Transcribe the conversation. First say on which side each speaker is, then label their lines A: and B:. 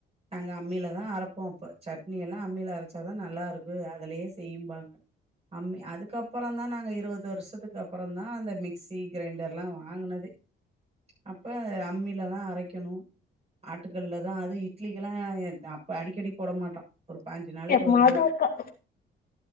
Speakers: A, on the right (about 30°); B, on the left (about 50°).
A: நாங்க அம்மில தா அரப்போ அப்ப சட்னி எல்லா அம்மில அரச்சாதா நல்லா இருக்கு அதுலயே செய்யிம்பாங்க அம்மி அதுக்கப்பறோ தா நாங்க இருவது வருஷத்துக்கு அப்பறோ தா அந்த மிக்சி கிரைண்டர்லா வாங்குனது
B: உஹ <unintelligible>
A: அப்ப அம்மிலதா அரைக்கணு ஆட்டுகள்லதா அது இட்லிக்கெல்லா அ அப்ப அடிக்கடி போட மாட்டோ ஒரு பானஞ்சு நாளைக்கி
B: எப்பமாது
A: ஒரு தடவ
B: ஒருக்கா